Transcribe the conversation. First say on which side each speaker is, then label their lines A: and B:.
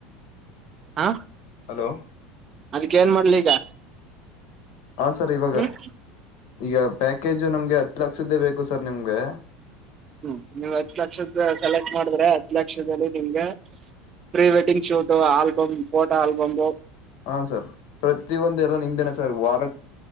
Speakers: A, on the right; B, on the left.
A: ಹಾ
B: ಹಲೋ
A: ಅದಕ್ಕೆ ಏನ್ ಮಾಡ್ಲಿ ಈಗ
B: ಹಾಂ ಸರ್ ಇವಾಗ
A: ಹ್ಮ್
B: ಈಗ ಪ್ಯಾಕೇಜ್ ನಮಗೆ ಹತ್ತು ಲಕ್ಷದ್ದು ಬೇಕು ಸರ್ ನಿಮಗೆ
A: ಹ್ಮ್ ನೀವು ಹತ್ತು ಲಕ್ಷದು ಕಲೆಕ್ಟ್ ಮಾಡಿದ್ರೆ ಹತ್ತು ಲಕ್ಷದಲ್ಲಿ ನಿಮ್ಗೆ pre wedding shoot album photo album
B: ಹಾ ಸರ್ ಪ್ರತಿಯೊಂದು ಎಲ್ಲ ನಿಮ್ದೇನಾ ಸರ್ ವಾರ